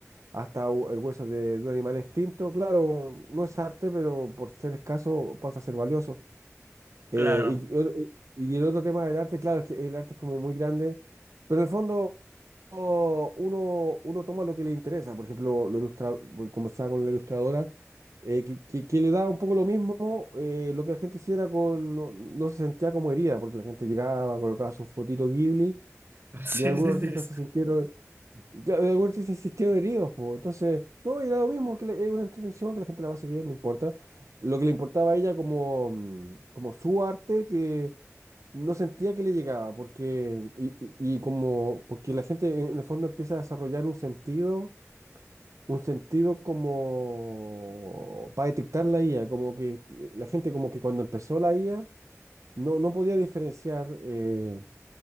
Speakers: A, on the right; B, on the right.
A: hasta u- el hueso de, de un animal extinto. Claro, no es arte, pero por ser escaso pasa a ser valioso. Eh,
B: Claro.
A: y, o- y el otro tema del arte, claro, es que el arte es como muy grande, pero en el fondo o- uno, uno toma lo que le interesa. Por ejemplo, lo ilustra, bueno, conversaba con la ilustradora, eh, que, que- que le daba un poco lo mismo eh, lo que la gente hiciera con, no, no se sentía como herida, porque la gente llegaba, colocaba su fotito Ghibli,
B: <laughs> Sí,
A: y algunos
B: sí, sí.
A: artistas
B: sí.
A: se sintieron, claro, y algunos artistas se sintieron heridos, po. Entonces, no, era lo mismo, que le- es una entretención, que la gente la pase bien, no importa. Lo que le importaba a ella como, mm, como su arte, que no sentía que le llegaba, porque, y, y- y como, porque la gente en el fondo empieza a desarrollar un sentido, un sentido como para detectar la IA, como que eh, la gente como que cuando empezó la IA no, no podía diferenciar eh,